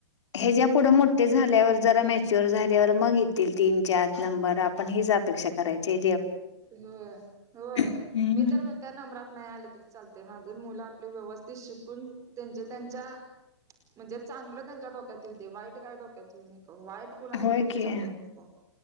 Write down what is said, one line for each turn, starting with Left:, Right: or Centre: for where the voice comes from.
Left: हे ज्या पुढं मोठे झाल्यावर जरा मॅच्युअर झाल्यावर मग येतील तीन चार नंबर आपण हीच अपेक्षा करायचे.
Right: होय होय
Left: हम्म.
Right: मी तर म्हण त्या नंबरात नाही आलं तरी चालते माझ मुलं आपले व्यवस्थित शिकून त्यांच्या त्यांच्या म्हणजे चांगलं त्यांच्या डोक्यात येऊ दे वाईट काय डोक्यात येऊ न. वाईट कुणाची
Left: होय
Right: तेवढीच
Left: की
Right: संगत नको